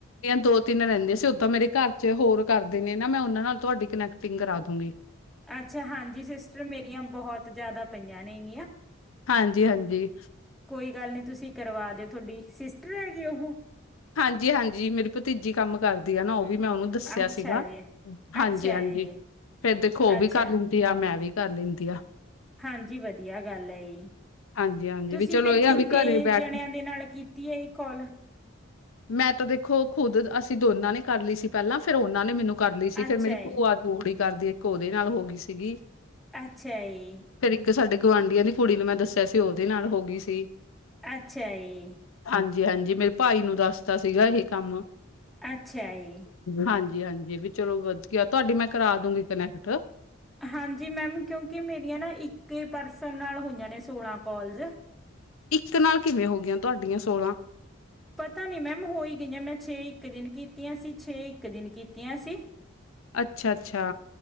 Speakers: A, on the left (about 80°); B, in the centre.
A: ਦੋ-ਤਿੰਨ ਰਹਿੰਦੀ ਆ ਸੀ, ਓਦਾਂ ਮੇਰੇ ਘਰ'ਚ ਹੋਰ ਕਰਦੇ ਨੇ ਨਾ, ਮੈਂ ਉਹਨਾਂ ਨਾਲ ਤੁਹਾਡੀ ਕਨੈਕਟਿੰਗ ਕਰਾ ਦੂੰਗੀ।
B: ਅੱਛਾ, ਹਾਂਜੀ, ਸਿਸਟਰ ਮੇਰੀਆਂ ਬਹੁਤ ਜ਼ਿਆਦਾ ਪਈਆਂ ਨੇ ਹੈਗੀਆਂ।
A: ਹਾਂਜੀ-ਹਾਂਜੀ।
B: ਕੋਈ ਗੱਲ ਨਹੀਂ, ਤੁਸੀਂ ਕਰਵਾ ਦਿਓ ਥੋਡੀ ਸਿਸਟਰ ਹੈਗੇ ਉਹ?
A: ਹਾਂਜੀ-ਹਾਂਜੀ, ਮੇਰੀ ਭਤੀਜੀ ਕੰਮ ਕਰਦੀ ਆ ਨਾ ਉਹ ਵੀ ਮੈਂ ਉਹਨੂੰ ਦੱਸਿਆ
B: ਅੱਛਾ
A: ਸੀਗਾ,
B: ਜੀ,
A: ਹਾਂਜੀ-ਹਾਂਜੀ,
B: ਅੱਛਾ ਜੀ,
A: ਫੇਰ ਦੇਖੋ ਉਹ ਵੀ
B: ਅੱਛਾ
A: ਕਰ ਲੈਂ ਤੇ ਆਹ ਮੈਂ ਵੀ ਕਰ ਲੇਂਦੀ ਆ।
B: ਹਾਂਜੀ ਵਧੀਆ ਗੱਲ ਆ ਜੀ,
A: ਹਾਂਜੀ ਹਾਂਜੀ
B: ਤੁਸੀਂ
A: ਵੀ ਚਲੋ
B: ਫਿਰ
A: ਇਹ
B: ਕਿੰਨੇ
A: ਆ ਵੀ ਘਰੇ ਬੈਠ
B: ਜਣਿਆਂ ਦੇ ਨਾਲ ਕੀਤੀ ਐ, ਇਹ ਕੌਲ?
A: ਮੈਂ ਤਾਂ ਦੇਖੋ ਖੁਦ ਅਸੀਂ ਦੋਨਾਂ ਨੇ ਕਰ ਲਈ ਸੀ ਪਹਿਲਾਂ, ਫਿਰ ਉਹਨਾਂ ਨੇ ਮੈਨੂੰ ਕਰ ਲਈ ਸੀ, ਫਿਰ
B: ਅੱਛਾ
A: ਮੇਰੀ ਭੂਆ
B: ਜੀ,
A: ਮੋੜੀ ਕਰਦੀ ਇੱਕ ਉਹਦੇ ਨਾਲ ਹੋ ਗਈ ਸੀਗੀ
B: ਅੱਛਾ ਜੀ
A: ਫੇਿਰ ਇੱਕ ਸਾਡੇ ਗੁਆਂਢੀਆਂ ਦੀ ਕੁੜੀ ਨੂੰ ਮੈਂ ਦੱਸਿਆ ਸੀ, ਉਹਦੇ ਨਾਲ ਹੋ ਗਈ ਸੀ
B: ਅੱਛਾ ਜੀ
A: ਹਾਂਜੀ ਹਾਂਜੀ ਮੇਰੇ ਭਾਈ ਨੂੰ ਦੱਸਦਾ ਸੀਗਾ ਇਹ ਕੰਮ
B: ਅੱਛਾ ਜੀ
A: ਹਾਂਜੀ ਹਾਂਜੀ ਵੀ ਚਲੋ ਵਧੀਆ, ਤੁਹਾਡੀ ਮੈਂ ਕਰਾ ਦੂੰਗੀ ਕਨੈਕਟ
B: ਹਾਂਜੀ ਮੈਮ ਕਿਉਂਕਿ ਮੇਰੀਆਂ ਨਾ ਇੱਕ ਈ ਪਰਸਨ ਨਾਲ ਹੋਈਆਂ ਨੇ ਸੋਲਾਂ ਕੋਲਸ
A: ਇੱਕ ਨਾਲ ਕਿਵੇਂ ਹੋ ਗਈਆਂ ਤੁਹਾਡੀਆਂ ਸੋਲਾਂ
B: ਪਤਾ ਨੀ ਮੈਮ ਹੋ ਹੀ ਗਈਆਂ, ਮੈਂ ਛੇ ਇੱਕ ਦਿਨ ਕੀਤੀਆਂ ਸੀ ਛੇ ਇੱਕ ਦਿਨ ਕੀਤੀਆਂ ਸੀ
A: ਅੱਛਾ ਅੱਛਾ